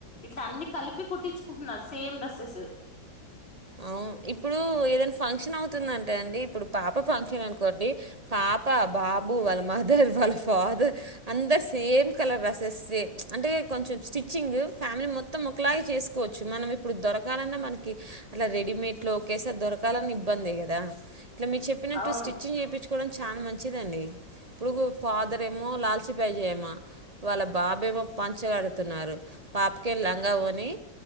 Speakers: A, on the left (about 30°); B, on the right (about 35°).
A: ఇట్లా అన్ని కలిపి కుట్టిచ్చుకుంటున్నారు సేమ్ డ్రస్సెస్
B: ఔను ఇప్పుడు ఏదైనా ఫంక్షన్ అవుతుందంటే అండి ఇప్పుడు పాప ఫంక్షన్ అనుకోండి పాప బాబు వాళ్ళ మదర్ వాళ్ళ ఫాదర్ అందరు సేమ్ కలర్ డ్రెస్సెసే అంటే కొంచెం స్టిచ్చింగ్ ఫ్యామిలీ మొత్తం ఒకలాగే చేసుకోవచ్చు మనం ఇప్పుడు దొరకాలన్నా మనకి అట్లా రెడీమేడ్ లో ఒకేసరి దొరకాలన్నా ఇబ్బంది కదా ఇట్లా మీరు చెప్పినట్టు
A: అవును
B: స్టిచ్చింగ్ చేపిచ్చుకోవడం చానా మంచిదండి ఇప్పుడు ఫాదర్ ఏమో లాల్చి పైజయమ వాళ్ళ బాబేమో ప పంచగడుతున్నారు పాపకే లంగా ఓని